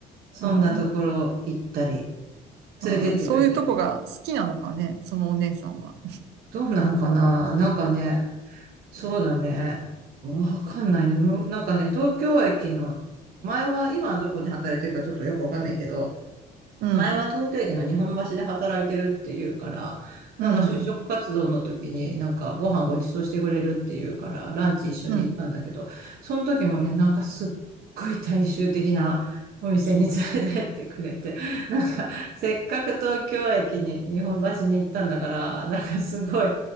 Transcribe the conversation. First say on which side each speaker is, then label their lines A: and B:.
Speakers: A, on the right; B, on the right.
A: そんなところ行ったり、
B: あーあー、
A: 連れてってくれたり。
B: そういうとこが好きなのかね、そのお姉さんは。
A: どうなんかななんかね、そうだね。わかんないね。むなんかね、東京駅の、前は、今はどこで働いてるかちょっとよくわかんないけど、
B: うん、
A: 前は東京駅の日本橋で働いてるっていうから、なんか就職活動の時になんかご飯ごちそうしてくれるっていうから、
B: うん、
A: ランチ一緒に行ったんだけど、
B: うん、
A: その時もね、なんかすっごい大衆的なお店に連れてってくれて、なんかせっかく東京駅に日本橋に行ったんだから、なんかすごい